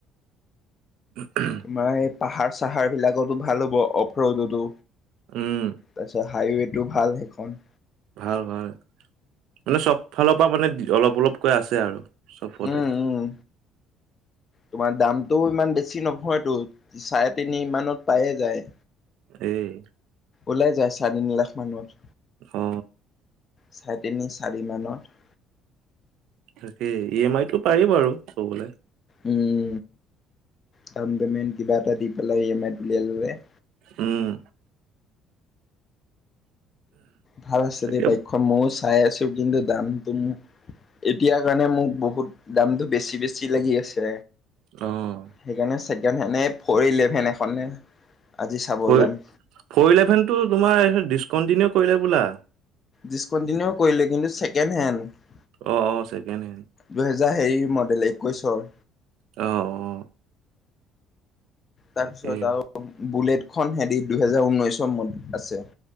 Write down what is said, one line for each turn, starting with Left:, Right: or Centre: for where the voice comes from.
Right: উ <unintelligible>
Left: মান এই পাহাৰ চাহাৰ বিলাকতো ভাল হ'ব অফ্ৰ ৰোডতো
Right: উম।
Left: তাৰপিছত হাইৱেটো ভাল সেইখন।
Right: ভাল ভাল, মানে চব ফালৰ পৰা মানে অলপ অলপকৈ আছে আৰু চবতে।
Left: উম উম তোমাৰ দামটোও ইমান বেছি নহয়তো চাৰে তিনি মানত পায়ে যায়।
Right: এই।
Left: ওলাই যায় চাৰে তিনি লাখ মানত
Right: অ
Left: চাৰে তিনি চাৰি মানত।
Right: তাকেই ই এ মাই টো পাৰি বাৰু থবলে।
Left: উম, ডাউন পেমেন্ট কিবা এটা দি পেলাই ই এমা আইত উলিয়াই ল'লে-
Right: উম।
Left: ভাল আছে
Right: তাকে
Left: দেই বাইকখন ময়ো চাই আছোঁ কিন্তু দামটো এতিয়াৰ কাৰণে মোক বহুত দামতটো বেছি-বেছি লাগি আছে।
Right: অ'
Left: সেইকাৰণে ছেকেণ্ড হেণ্ডে ফ'ৰ ইলেভেন এখনে আজি চাব
Right: ফৰ
Left: যাম।
Right: ফ'ৰ ইলেভেনটো তোমাৰ ডিছকণ্টিনিউ কৰিলে বোলা।
Left: ডিচকণ্টিনিউ কৰিলে কিন্তু ছেকেণ্ড হেণ্ড।
Right: অ'-অ'ছেকেণ্ড হেণ্ড।
Left: দুহেজাৰ হেৰিৰ মডেল একৈশৰ।
Right: অ'-অ'
Left: তাৰপিছত
Right: তাকেই
Left: আৰু বুলেট খন হেৰি দুহেজাৰ ঊনৈশৰ মডেল আছে।